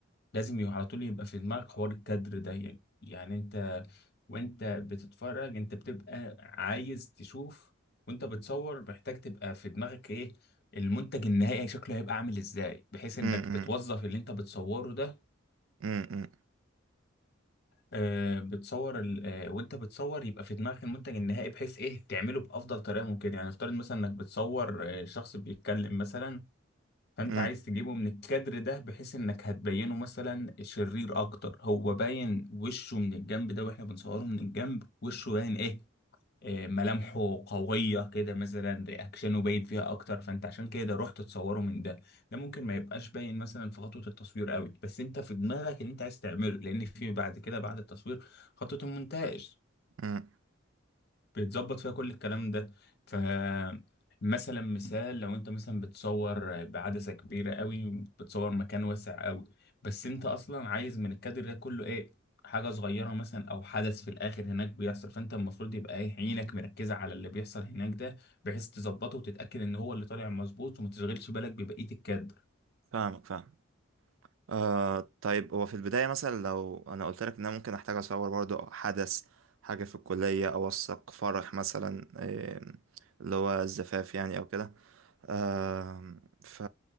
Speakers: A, on the left; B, on the right.
A: لازم يبقى على طول يبقى في دماغك حوار الكادر ده يعني يعني انت وانت بتتفرج انت بتبقى عايز تشوف وانت بتصور محتاج تبقى في دماغك ايه المنتج النهائي شكله هيبقى عامل ازاي بحيث انك
B: امم
A: بتوظف اللي انت بتصوره ده
B: امم
A: آه، بتصور ال... آه، وانت بتصور يبقى في دماغك المنتج النهائي بحيث ايه تعمله بافضل طريقه ممكن يعني افترض مثلا انك بتصور آه، شخص بيتكلم مثلا فانت
B: امم
A: عايز تجيبه من الكادر ده بحيث انك هتبينه مثلا شرير اكتر هو باين وشه من الجنب ده واحنا بنصوره من الجنب وشه باين ايه آه، ملامحه قوية كده مثلا رياكشنه باين فيها أكتر فأنت عشان كده رحت تصوره من ده ده ممكن ما يبقاش باين مثلا في خطوة التصوير قوي بس أنت في دماغك إن أنت عايز تعمله لأن في بعد كده بعد التصوير خطوة المونتاج
B: امم
A: بيتظبط فيها كل الكلام ده فمثلا مثال لو انت مثلا بتصور بعدسة كبيرة قوي بتصور مكان واسع قوي بس انت اصلا عايز من الكادر ده كله ايه حاجة صغيرة مثلا او حدث في الاخر هناك بيحصل فانت المفروض يبقى ايه عينك مركزة على اللي بيحصل هناك ده بحيث تظبطه وتتأكد ان هو اللي طالع مظبوط وما تشغلش بالك ببقية الكادر
B: فاهمك فاهم آه طيب هو في البداية مثلا لو أنا قلت لك إن أنا ممكن أحتاج أصور برضو حدث حاجة في الكلية أوثق فرح مثلا آه، اللي هو الزفاف يعني أو كده آم، ف